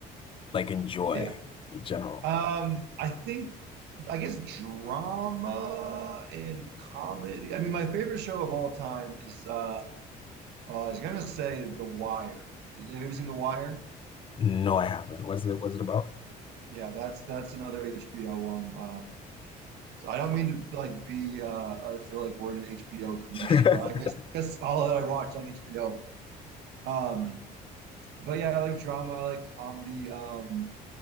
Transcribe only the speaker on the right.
Yeah,
Um, I think, I guess drama and comedy. I mean, my favorite show of all time is uh, uh I was gonna say The Wire. Have you ever seen The Wire?
Yeah, that's that's another HBO one. Um, so I don't mean to like be. Uh, I feel like we're in an HBO commercial.
I guess guess all that I watch on HBO. Um, but yeah, I like drama. I like comedy. Um,